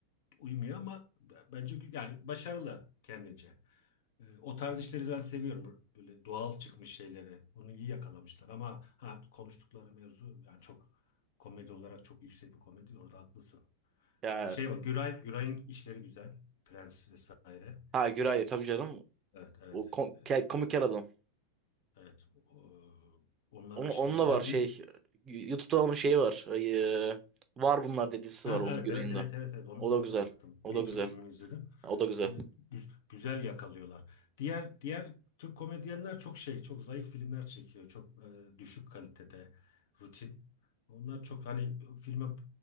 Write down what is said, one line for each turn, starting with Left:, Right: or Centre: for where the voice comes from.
Left: uymuyor ama b- bence gü- yani başarılı kendince. Ee, O tarz işleri ben seviyorum. Böyle doğal çıkmış şeyleri. Bunu iyi yakalamışlar ama ha konuştukları mevzu yani çok komedi olarak çok yüksek bir komedi. Orada haklısın.
Right: Ya
Left: Ee, Şey var Güray, Güray'ın işleri güzel. Prens vesaire.
Right: ha Güray tabii canım.
Left: Evet evet.
Right: O kom-
Left: Ee,
Right: ke- komik kel adam.
Left: Evet. O- Onların
Right: Onun,
Left: işleri
Right: onunla
Left: güzel
Right: var şey.
Left: değil.
Right: YouTube'da onun şeyi var. Ay, e, var bunlar dedisi
Left: Ha,
Right: var onun
Left: evet
Right: yüreğinde.
Left: evet evet evet evet Onu-
Right: O da
Left: ona,
Right: güzel.
Left: da baktım.
Right: O
Left: Bir
Right: da
Left: iki
Right: güzel.
Left: bölümünü izledim.
Right: O da güzel.
Left: Ee, güz- güzel yakalıyorlar. Diğer diğer Türk komedyenler çok şey, çok zayıf filmler çekiyor. Çok e, düşük kalitede, rutin. Onlar çok hani filme